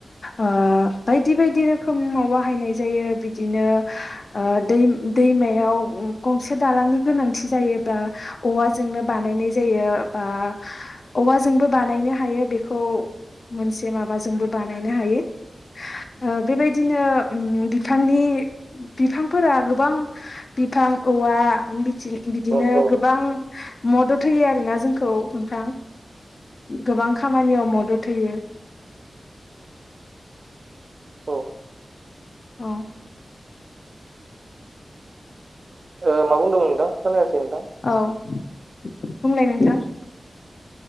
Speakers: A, on the left; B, on the right.
A: ओ बायदि बायदि रोखोम बाहायनाय जायो। बिदिनो ओ दै दै दैमायाव गंसे दालांनि गोनांथि जायोबा औवाजोंनो बानायनाय जायो बा। औवाजोंबो बानायनो हायो बेखौ मोनसे माबाजोंबो बानायनो हायो औ बेबायदिनो बिफांनि बिफांफोरा गोबां बिफां औवा बिदिनो
B: औ
A: गोबां मदद होयो आरोना जों खौ नोंथां गोबां खामानियाव मदद होयो।
B: औ
A: औ
B: ओ मा बुंदोंमोन नोंथां खोनायासै नोंथां
A: औ बुंलाय नोंथां।